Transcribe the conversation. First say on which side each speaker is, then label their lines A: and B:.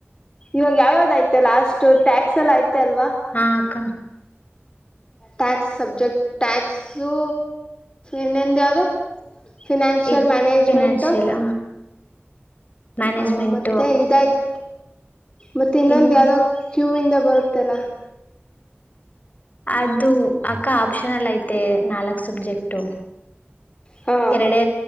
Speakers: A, on the left; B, on the left.
A: ಇವಾಗ ಯಾವ್ಯಾವ್ದ ಐತೆ ಲಾಸ್ಟು ಟ್ಯಾಕ್ಸ್ ಎಲ್ಲ ಐತೆ ಅಲ್ವಾ.
B: ಹಾ ಅಕ್ಕಾ
A: ಟ್ಯಾಕ್ಸ್ ಸಬ್ಜೆಕ್ಟ್ ಟ್ಯಾಕ್ಸು ಇನ್ನೊಂದು ಯಾವುದು? ಫಿನನ್ಷಿಯಲ್
B: ಇದ್
A: ಮ್ಯಾನೇಜ್ಮೆಂಟ್?
B: ಫಿನಾನ್ಷಿಯಲ್ ಮ್ಯಾನೇಜ್ಮೆಂಟು
A: ಹ ಮತ್ತೆ ಇದಾಯ್ತ ಮತ್ತೆ ಇನ್ನೊಂದು
B: ಇನ್
A: ಯಾವುದೋ ಕ್ಯೂವಿಂದ ಬರುತ್ತಲ್ಲ.
B: ಅದು ಅಕ್ಕ ಆಪ್ಷನಲ ಐತೆ ನಾಲ್ಕ್ ಸಬ್ಜೆಕ್ಟ.
A: ಹಾ
B: ಎರಡೆ